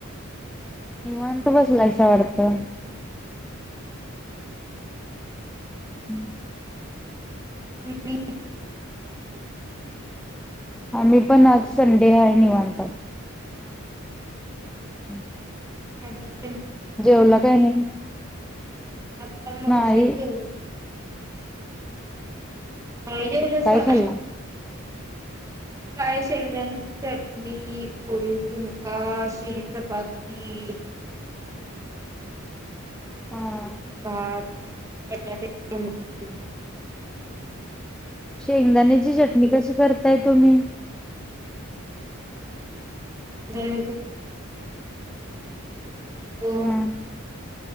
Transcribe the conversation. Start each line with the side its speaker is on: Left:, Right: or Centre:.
Centre: <unintelligible> निवांत <unintelligible> बसलायसा वाटतं हम् <unintelligible>
Right: ह <inaudible>
Centre: आम्ही पण आज संडे हाय निवांत हम्म <unintelligible>
Right: ह ब <unintelligible>
Centre: जेवला काय नाही
Right: आता मग
Centre: नाही.
Right: अशीच हो <inaudible> नाहीजेवलासा
Centre: काय खाल्ला?
Right: काय सेव झाले ते चटणी पोळी झुमका शिळी चपाती
Centre: हा.
Right: भात बटाटे -
Centre: शेंगदाण्याची चटणी कशी करताय तुम्ही?
Right: हॅलो <unintelligible>
Centre: हा.